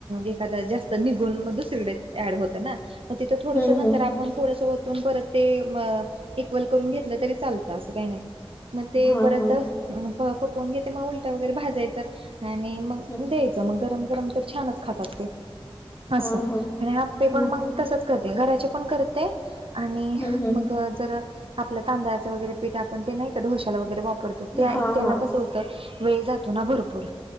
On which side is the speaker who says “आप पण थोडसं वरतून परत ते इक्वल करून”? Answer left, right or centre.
Right